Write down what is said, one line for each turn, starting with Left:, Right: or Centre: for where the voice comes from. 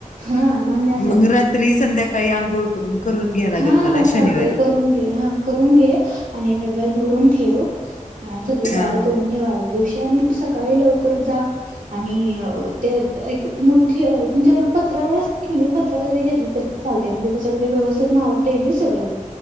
Right: हा मान्य
Left: मग रात्री संध्याकाळी अक गोळ करून करून घ्या लागेल
Right: हाा
Left: मला शनिवारी
Right: चालतय करून घे हा करून घे आणि एक डब्यात भरून ठेव सगळी
Left: हा
Right: तयारी करून ठेव आदल्या दिवशी आणि सकाळी लवकर जा आणि हे ते मोठी म्हणजे आपलं पत्रावळ असते की नाही पत्रावळ जरी घेतली तरी चालते म्हणजे त्यात व्यवस्थित मावतं नाही सगळं